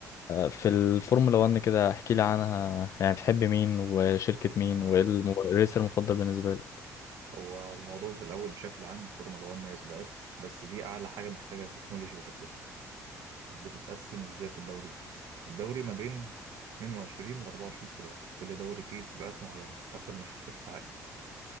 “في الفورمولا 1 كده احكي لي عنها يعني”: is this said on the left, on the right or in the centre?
Left